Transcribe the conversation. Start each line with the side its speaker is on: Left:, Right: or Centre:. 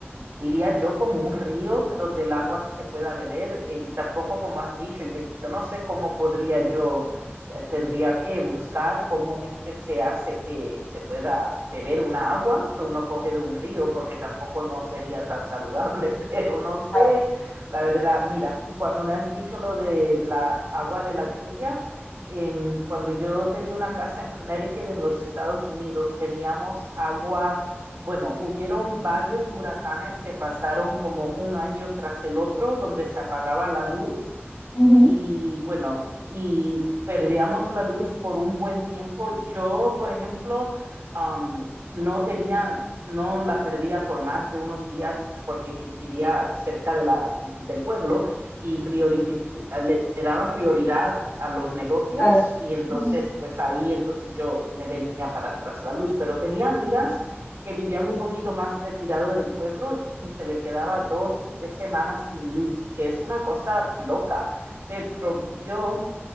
Right: diría yo como un río donde el agua se pueda beber, eh, y tampoco como has dicho, yo yo no sé cómo podría yo eh, tendría que buscar cómo es que se hace que se pueda beber una agua que uno coge de un río, porque tampoco no sería tan saludable, <laughs> pero no sé,
Left: Claro,
Right: la verdad, mira, cuando me has dicho lo de la agua de la lluvia, eh, cuando yo tenía una casa en Connecticut, en los Estados Unidos, teníamos agua bueno, hubieron varios huracanes que pasaron como un año tras el otro, donde se apagaba la luz
Left: ujú,
Right: y bueno, y perdíamos la luz por un buen tiempo. Yo, por ejemplo, um, no tenía, no la perdía por más de unos días porque vivía cerca de la, del pueblo y prioriti- le, le daban prioridad a los negocios
Left: claro,
Right: y entonces,
Left: ujú,
Right: pues ahí, entonces yo me venía para atrás la luz, pero tenía amigas que vivían un poquito más retirado del pueblo y se le quedaba dos y tres semanas sin luz, que es una cosa loca pero yo,